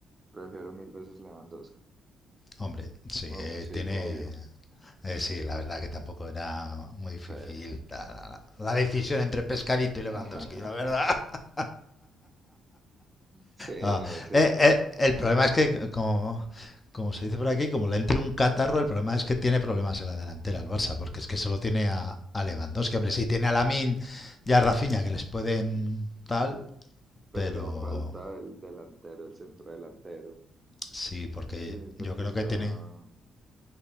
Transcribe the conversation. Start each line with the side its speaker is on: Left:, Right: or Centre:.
Right: Prefiero mil veces Lewandowski.
Left: Hombre, sí,
Right: Bueno,
Left: eh,
Right: sí,
Left: tiene...
Right: obvio.
Left: eh, sí, la verdad que tampoco era muy difícil
Right: Sí,
Left: la, la- la decisión entre Pescadito
Right: <laughs>
Left: y Lewandowski, la verdad. <laughs>
Right: sí,
Left: Ah,
Right: no, sí.
Left: eh, eh, el problema es que, como, como se dice por aquí, como le entre un catarro, el problema es que tiene problemas en la delantera el Barça, porque es que solo tiene a, a Lewandowski. Hombre, sí, tiene a Lamin y a Rafinha que les pueden tal,
Right: Pero
Left: pero
Right: falta el delantero, el centro delantero.
Left: sí, porque
Right: Sí, porque
Left: yo creo
Right: está...
Left: que tiene...